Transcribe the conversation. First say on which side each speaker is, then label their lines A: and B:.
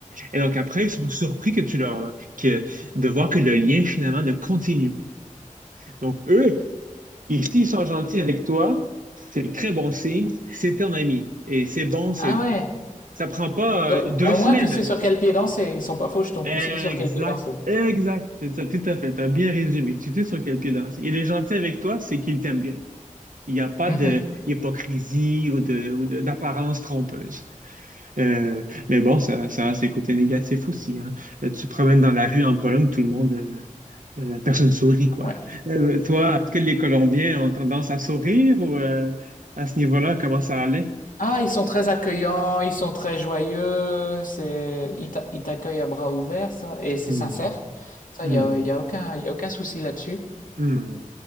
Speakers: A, on the right; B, on the left.
A: Et donc après, ils sont surpris que tu leur, que, de voir que le lien finalement ne continue. pas. Donc eux, Et s'ils sont gentils avec toi, c'est très bon signe, c'est ton ami. Et c'est bon, c'est,
B: Ah ouais.
A: ça prend pas
B: Donc,
A: euh, deux
B: bah, au
A: semaines.
B: moins, tu sais sur quel pied danser. Ils sont pas fauchetons.
A: Exact,
B: Tu sais sur quel pied danser.
A: exact, c'est ça, tout à fait. T'as bien résumé. Tu sais sur quel pied danser. Il est gentil avec toi, c'est qu'il t'aime bien. Il n'y a pas
B: Mhm.
A: de hypocrisie ou de, ou de- d'apparence trompeuse. Euh, mais bon, ça, ça a ses côtés négatifs aussi, hein. Euh, Tu te promènes dans la rue en Pologne, tout le monde, euh, Euh, personne sourit, quoi.
B: Ouais.
A: Euh, toi, est-ce que les Colombiens ont tendance à sourire ou euh, à ce niveau-là, comment ça allait?
B: Ah, ils sont très accueillants. Ils sont très joyeux. C'est, ils t'a- ils t'accueillent à bras ouverts, ça. Et c'est
A: Hmm,
B: sincère. Ça,
A: hmm,
B: il y a, y a aucun, y a aucun souci là-dessus.
A: hmm.